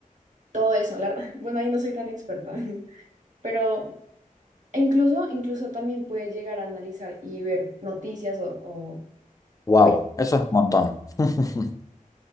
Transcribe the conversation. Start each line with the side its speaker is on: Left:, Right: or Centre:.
Right: todo eso. La verdad, <laughs> bueno, ahí no soy tan experta. <laughs> Pero E Incluso, incluso también puedes llegar a analizar y ver noticias o, o
Left: wow,
Right: tweets.
Left: eso es un montón. <laughs>